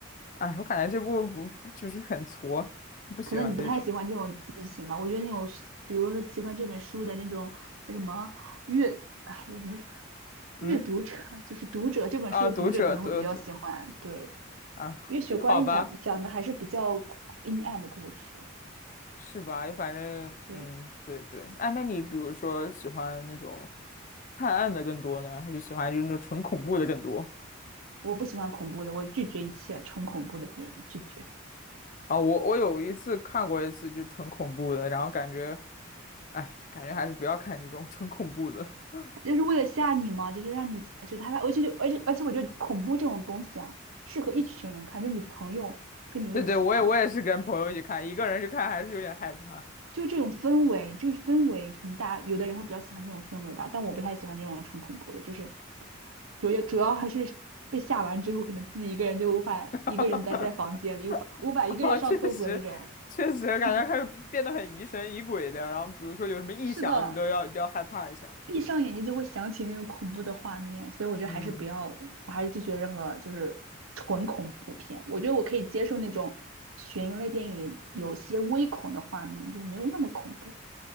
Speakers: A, on the left; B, on the right.
A: 哎，我感觉这部不就是很挫，不喜欢这种。
B: 可能你不太喜欢这种剧情吧？我觉得那种是，比如说喜欢这本书的那种那什么阅，哎，什么
A: 嗯，
B: 阅读者，就是读者这本书的读者可能会比较喜欢。
A: 啊，读者，读者
B: 对，
A: 啊，
B: 月雪血观音》讲讲的还是比较阴暗的故事。
A: 好吧，是吧？反正嗯，
B: 对，
A: 对对。哎，那你比如说喜欢那种探案的更多呢，还是喜欢就是那种纯恐怖的更多？
B: 我不喜欢恐怖的，我拒绝一切纯恐怖的电影，拒绝。
A: 啊，我我有一次看过一次，就纯恐怖的，然后感觉，哎，感觉还是不要看这种纯恐怖的。<laughs>
B: 就是为了吓你嘛，就是让你觉得害怕。而且就而且而且，我觉得恐怖这种东西啊，适合一群人看，就你朋友跟你一起看。
A: 对对，我也我也是跟朋友一起看，一个人去看还是有点害怕。
B: 就这种氛围，就是氛围，可能大家有的人会比较喜欢这种氛围吧，但我不太喜欢这种纯恐怖的，就是主要主要还是 <laughs> 被吓完之后，可能自己一个人就无法一个人待在房间里，
A: <laughs>
B: 无法无法一个人上厕所这种。
A: 啊，确实，确实感觉还是变得很疑神疑鬼的。
B: <laughs>
A: 然后比如说有什么异响，
B: 是的，
A: 你都要要害怕一下。
B: 闭上眼睛就会想起那种恐怖的画面，所以我觉得还是不要，
A: 嗯，
B: 我还是拒绝任何就是纯恐怖片。我觉得我可以接受那种悬疑类电影有些微恐的画面，就是没有那么恐怖。